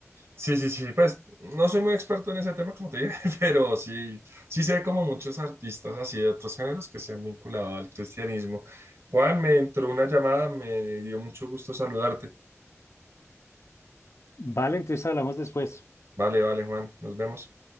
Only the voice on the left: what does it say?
Vale, entonces hablamos después.